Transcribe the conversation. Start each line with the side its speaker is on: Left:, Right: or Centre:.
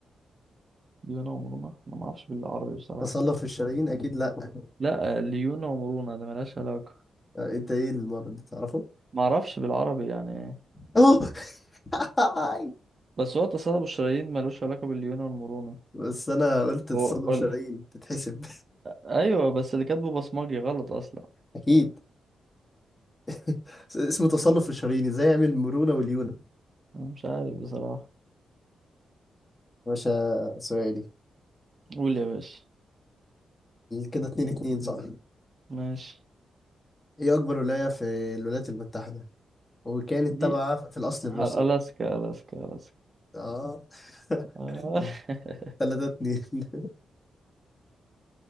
Right: ليونة ومرونة أنا معرفش بالعربي بصراحة
Left: تصلب في الشرايين اكيد لا
Right: لا ليونة ومرونة ده ملهاش علاقة
Left: آه، انت ايه المرض ده تعرفه
Right: معرفش بالعربي يعني إيه.
Left: اهو <laughs>
Right: بس هو تصلب الشرايين ملوش علاقة بالليونة والمرونة
Left: بس انا قلت تصنف
Right: هو- قول
Left: شرايين تتحسب
Right: أيوة بس اللي كاتبه بصمجي غلط أصلا
Left: <laughs> اكيد <laughs> اسمه تصنف الشرايين ازاي يعمل المرونة واليونة
Right: أنا مش عارف بصراحة
Left: باشا سؤالي
Right: قول يا باشا
Left: كده اتنين اتنين صح
Right: ماشي
Left: ايه اكبر ولاية في الولايات المتحدة وكانت
Right: دي
Left: تابعة في الاصل لروسيا
Right: ألاسكا ألاسكا ألاسكا
Left: اه
Right: آه.
Left: <laughs>
Right: <laughs>
Left: تلاتة اتنين <laughs>